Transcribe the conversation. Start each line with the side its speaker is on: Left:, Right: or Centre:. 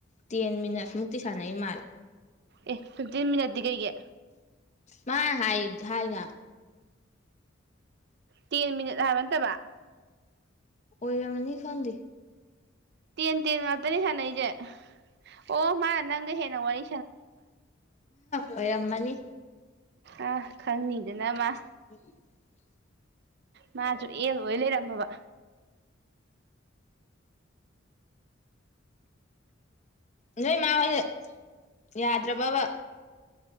Left: ꯇꯦꯟ ꯃꯤꯅꯠꯁ ꯃꯨꯛꯇꯤ ꯁꯥꯟꯅꯈꯤ ꯃꯥꯜꯂꯦ
Right: ꯑꯦ ꯐꯤꯐꯇꯤꯟ ꯃꯤꯅꯠꯇꯤ ꯀꯩꯒꯤ
Left: ꯃꯥ ꯍꯥꯏ ꯍꯥꯏꯅ
Right: ꯇꯦꯟ ꯃꯤꯅꯠ ꯍꯥꯏꯕ ꯅꯠꯇꯕ
Left: ꯑꯣꯏꯔꯝꯅꯤ ꯈꯪꯗꯦ
Right: ꯇꯦꯟ ꯇꯦꯟ ꯉꯥꯛꯇꯅꯤ ꯁꯥꯟꯅꯩꯁꯦ ꯑꯐ ꯑꯣ ꯃꯥ ꯅꯪ ꯍꯦꯟ ꯋꯥꯏ
Left: ꯍꯣꯏ ꯔꯝꯃꯅꯤ
Right: ꯑ ꯈꯪꯅꯤꯗꯅ ꯃꯥ
Left: ꯎ
Right: ꯃꯥꯁꯨ ꯑꯦ ꯑꯣꯏ ꯂꯩꯔꯝꯝꯕꯕꯥ
Left: ꯅꯣꯏ ꯃꯥ ꯍꯣꯏꯗ ꯌꯥꯗ꯭ꯔꯕꯕ